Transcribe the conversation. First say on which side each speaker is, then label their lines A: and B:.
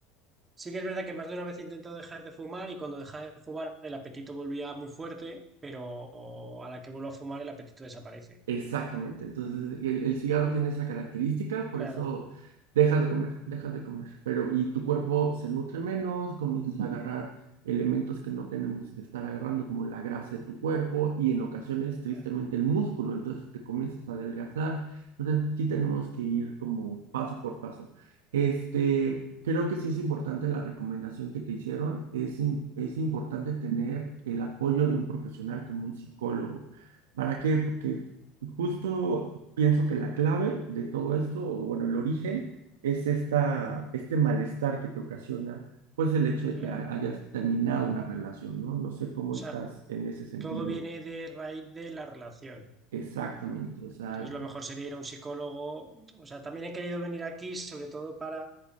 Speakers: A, on the right (about 25°); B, on the right (about 90°).
A: sí que es verdad que más de una vez he intentado dejar de fumar y cuando dejaba de fumar el apetito volvía muy fuerte, pero a la que vuelvo a fumar el apetito desaparece.
B: Exactamente. Entonces, el, el cigarro tiene esa característica, por
A: Claro,
B: eso dejas de comer, dejas de comer. Pero, y tu cuerpo se nutre menos, comienzas a agarrar elementos que no tenemos que estar agarrando, como la grasa de tu cuerpo y en ocasiones, tristemente,
A: claro,
B: el músculo. Entonces, te comienzas a adelgazar. Entonces, sí tenemos que ir como paso por paso. Este, creo que sí es importante la recomendación que te hicieron. Es, im- es importante tener el apoyo de un profesional como un psicólogo. ¿Para qué? Porque Justo pienso que la clave de todo esto, o bueno, el origen, es esta, este malestar que te ocasiona, pues el hecho de
A: claro.
B: que ha- hayas terminado una relación, ¿no? No sé cómo
A: O sea,
B: estás en ese sentido
A: todo viene de raíz de la relación.
B: exactamente, o sea,
A: Entonces, lo mejor sería ir a un psicólogo. O sea, también he querido venir aquí, sobre todo para